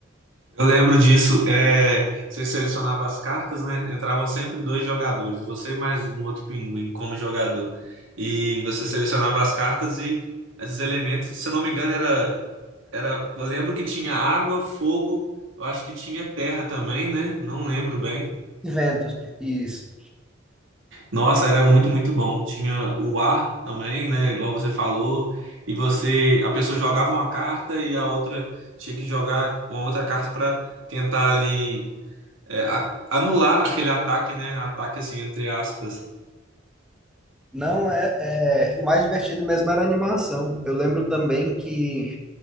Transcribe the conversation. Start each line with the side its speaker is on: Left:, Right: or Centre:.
Right: Eu lembro disso. É... Você selecionava as cartas, né? Entravam sempre dois jogadores, você e mais um outro pinguim como jogador. E você selecionava as cartas e esses elementos, se eu não me engano, era. Era, eu lembro que tinha água, fogo, eu acho que tinha terra também, né? Não lembro bem.
Centre: Inventos, isso.
Right: Nossa, era muito, muito bom. Tinha o ar também, né? Igual você falou. E você, a pessoa jogava uma carta e a outra tinha que jogar uma outra carta para tentar ali é, a- anular aquele ataque, né? Ataque assim, entre aspas.
Centre: Não é, é, o mais divertido mesmo era a animação. Eu lembro também que